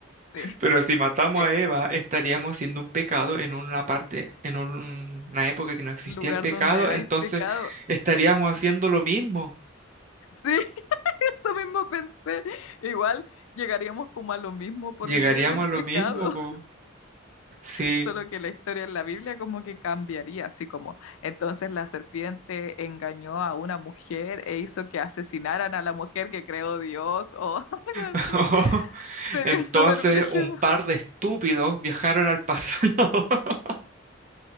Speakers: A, on the left; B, on the right.
A: sí,
B: Pero si matamos
A: que
B: a Eva, estaríamos haciendo un pecado en una parte, en un- una época que no existía
A: lugar
B: el pecado,
A: donde hay
B: entonces
A: pecado.
B: estaríamos haciendo lo mismo.
A: Sí, <laughs> eso mismo pensé. Igual llegaríamos como a lo mismo por
B: Llegaríamos
A: medio del
B: a
A: pecado,
B: lo mismo, po.
A: <laughs>
B: Sí,
A: solo que la historia en la Biblia como que cambiaría, así como entonces la serpiente engañó a una mujer e hizo que asesinaran a la mujer que creó Dios o <laughs> algo
B: <laughs>
A: así. Sería
B: Entonces,
A: súper brígido,
B: un par de estúpidos viajaron al pasado, <laughs>